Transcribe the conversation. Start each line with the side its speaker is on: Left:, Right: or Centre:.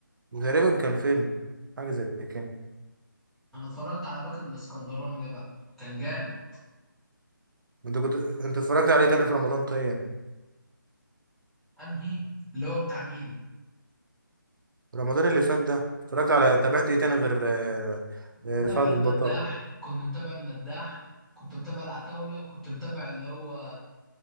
Right: تقريبا كان فيلم حاجة زي كده
Centre: انا اتفرجت على بكر الاسكندراني ده بقى كان جامد
Right: انت كنت انت اتفرجت عليه تاني في رمضان طيب
Centre: انهي اللي هو بتاع مين
Right: رمضان اللي فات ده اتفرجت على تابعت ايه تاني غير آه، آه،
Centre: كنت متابع
Right: فهد
Centre: المداح
Right: البطل
Centre: كنت متابع المداح كنت متابع العتاولة وكنت متابع اللي هو